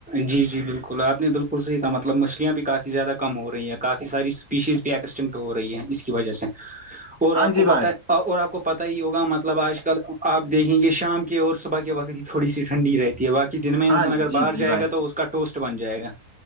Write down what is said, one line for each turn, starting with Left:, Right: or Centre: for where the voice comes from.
Centre: جی جی بالکل آپ نے بالکل صحی کہا مطلب مچھلیاں بھی کافی زیادہ کم ہو رہی ہیں کافی ساری پیشیز بھی ایکسٹنٹ ہو رہی ہے اس کی وجہ سے اور
Left: ہاں
Centre: آپ
Left: جی
Centre: کو
Left: بھائی
Centre: پتا ہے اور آپ کو پت ہی ہوگا مطلب آج کل آپ دیکھیں گے شام کے اور صبح کے وت ہی تھوی سی ٹھنڈی رہتی ہے بقی دن میں
Left: ہاں
Centre: انسان اگر
Left: جی
Centre: باہر
Left: جی
Centre: جائے
Left: بھائی
Centre: گا تو اس کا ٹوسٹ بن جائے گا